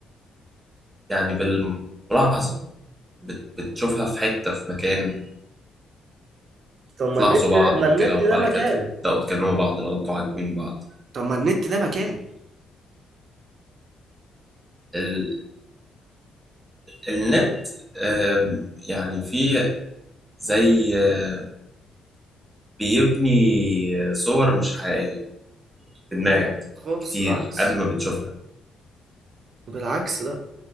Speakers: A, on the right; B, on the right.
A: يعني بالملاحظه بت- بتشوفها في حته في مكان
B: طب ما
A: تلاحظوا
B: النت
A: بعض
B: ما
A: وكده
B: النت
A: وبعد
B: ده مكان
A: كده تبدأوا تكلموا بعض لو انتوا عاجبين بعض
B: طب ما النت ده مكان
A: ال... النت آم، يعني في زي آه، بيبني صور مش حقيقية في دماغك
B: لا خالص
A: كتير
B: بالعكس
A: قبل ما بتشوفها
B: بالعكس لا